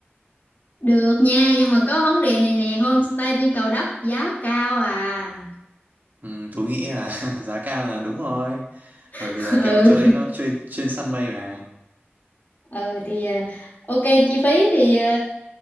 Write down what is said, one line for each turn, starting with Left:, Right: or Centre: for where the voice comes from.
Left: được nha nhưng mà có vấn đề này nè homestay trên cầu đất giá cao à
Right: Ừ, Tú nghĩ là <laughs> giá cao là đúng rồi.
Left: <laughs>
Right: Bởi vì là
Left: ừ
Right: kiểu chỗ đấy nó chuyên chuyên săn mây mà.
Left: ừ thì ờ, ok chi phí thì ờ,